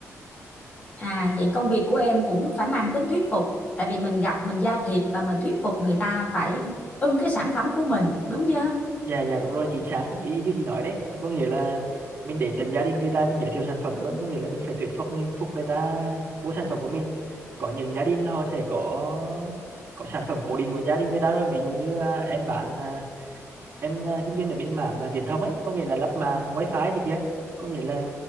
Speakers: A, on the left (about 30°); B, on the right (about 45°).
A: À vậy công việc của em cũng phải mang tính thuyết phục tại vì mình gặp mình giao thiệp và mình thuyết phục người ta phải ưng cái sản phẩm của mình đúng chưa?
B: dạ dạ đúng rồi chính xác ý như chị nói đấy là có nghĩa là mình để tận gia đình người ta mình giới thiệu sản phẩm luôn có nghĩa là mình phải thuyết phục người, phục người ta mua sản phẩm của mình có những gia đình là họ sẽ có có sản phẩm cố định của gia đình người ta rồi ví dụ như à, em bán à, em à, kinh doanh ở bên mạng à, viễn thông ấy có nghĩa là lắp mạng wifi thì kia có nghĩa là